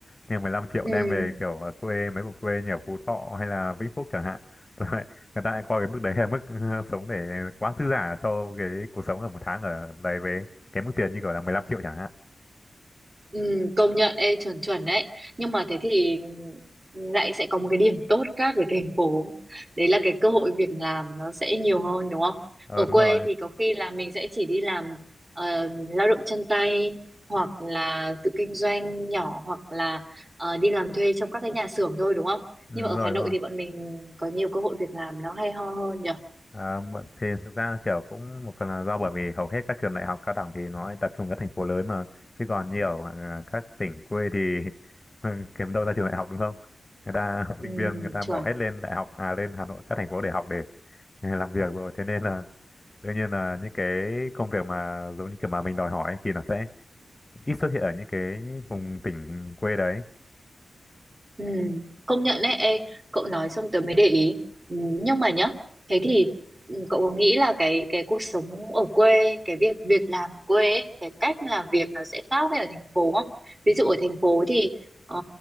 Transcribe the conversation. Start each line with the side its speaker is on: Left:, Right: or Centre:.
Left: nhưng 15 triệu
Right: ừ
Left: đem về kiểu ở quê mấy vùng quê như ở Phú Thọ hay là Vĩnh Phúc chẳng hạn <laughs> tôi lại người ta lại coi cái mức đấy là mức <laughs> sống để quá dư giả cho cái cuộc sống ở một tháng ở đấy với cái mức tiền như kiểu là 15 triệu chẳng hạn
Right: Ừ, công nhận ê chuẩn chuẩn đấy nhưng mà thế thì lại sẽ có một cái điểm tốt khác với thành phố đấy là cái cơ hội việc làm nó sẽ nhiều hơn đúng không
Left: ờ
Right: ở
Left: đúng
Right: quê
Left: rồi
Right: thì có khi là mình sẽ chỉ đi làm ờ, lao động chân tay hoặc là tự kinh doanh nhỏ hoặc là ờ, đi làm thuê trong các cái nhà xưởng thôi đúng không
Left: ừ,
Right: nhưng mà
Left: đúng
Right: ở
Left: rồi
Right: Hà Nội
Left: đúng rồi
Right: thì bọn mình có nhiều cơ hội việc làm nó hay ho hơn nhỉ
Left: À, mà- thì thực ra kiểu cũng một phần là do bởi vì hầu hết các trường đại học cao đẳng thì nó tập trung ở các thành phố lớn mà chứ còn nhiều à, các tỉnh quê thì <laughs> kiếm đâu ra trường đại học đúng không người ta <laughs>
Right: ừ,
Left: sinh viên người ta
Right: chuẩn
Left: bỏ hết lên đại học à lên Hà Nội các thành phố để học để <laughs> để làm việc rồi thế nên là đương nhiên là những cái công việc mà giống như kiểu mà mình đòi hỏi ấy, thì nó sẽ ít xuất hiện ở những cái vùng tỉnh quê đấy
Right: Ừ, công nhận đấy, ê, cậu nói xong tớ mới để ý. Ừ, nhưng mà nhá, thế thì ừ, cậu có nghĩ là cái cái cuộc sống ở quê, cái việc việc làm ở quê ấy, cái cách làm việc nó sẽ khác với ở thành phố không? Ví dụ ở thành phố thì ờ,